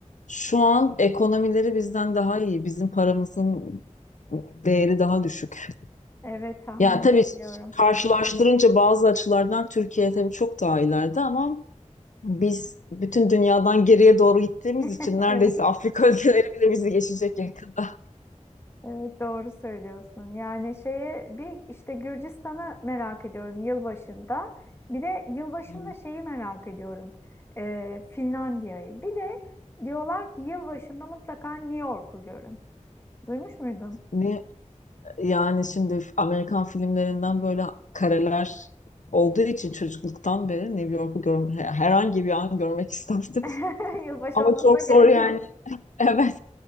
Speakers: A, on the left; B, on the left.
A: Şu an ekonomileri bizden daha iyi. Bizim paramızın değeri daha düşük.
B: Evet, tahmin
A: Ya tabii
B: edebiliyorum.
A: karşılaştırınca bazı açılardan Türkiye tabii çok daha ileride ama biz bütün dünyadan geriye doğru gittiğimiz
B: <laughs>
A: için neredeyse
B: Evet.
A: Afrika <laughs> ülkeleri bile bizi geçecek yakında.
B: Evet doğru söylüyorsun. Yani şeye bir işte Gürcistan'ı merak ediyorum yılbaşında. Bir de yılbaşında
A: Evet.
B: şeyi merak ediyorum. Ee, Finlandiya'yı. Bir de diyorlar ki yılbaşında mutlaka New York'u görün. Duymuş muydun?
A: Ne yani şimdi Amerikan filmlerinden böyle kareler olduğu için çocukluktan beri New York'u görme, herhangi bir an görmek isterdim.
B: <laughs>
A: <laughs>
B: Yılbaşı
A: Ama
B: olmasına
A: çok
B: gerek
A: zor yani.
B: yok.
A: <laughs> Evet.